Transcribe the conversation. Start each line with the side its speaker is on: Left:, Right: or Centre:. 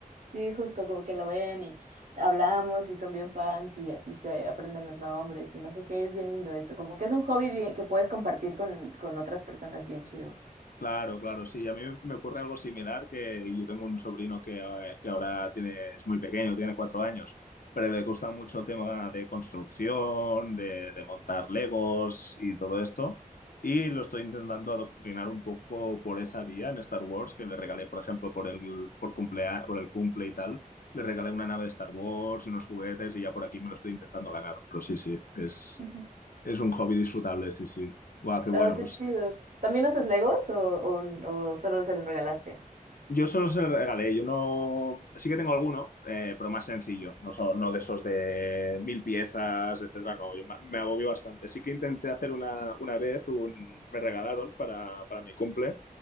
Right: Sí, justo como que lo ven y hablamos y son bien fans y así se aprenden los nombres y no sé qué, es bien lindo eso, como que es un hobby bien- que puedes compartir con, con otras personas bien chido.
Left: Claro, claro, sí. A mí me ocurre algo similar que yo tengo un sobrino que, eh, que ahora tiene, es muy pequeño, tiene cuatro años, pero le gusta mucho el tema de construcción, de, de montar Legos y todo esto. Y lo estoy intentando adoctrinar un poco por esa vía en Star Wars, que le regalé, por ejemplo, por el, por cumplea- por el cumple y tal, le regalé una nave de Star Wars y unos juguetes y ya por aquí me lo estoy intentando ganar. Pero sí, sí, es,
Right: Ujú.
Left: es un hobby disfrutable, sí, sí. Guau, qué bueno,
Right: Oh, qué
Left: pues.
Right: chido. ¿También
Left: sí,
Right: haces Legos
Left: sí.
Right: o, o, o solo se los regalaste?
Left: Yo solo se los regalé, yo no. Sí que tengo alguno, eh, pero más sencillo. No, son, no de esos de mil piezas, etcétera. No, yo ma- me agobio bastante. Sí que intenté hacer una, una vez, un... me regalaron para, para mi cumple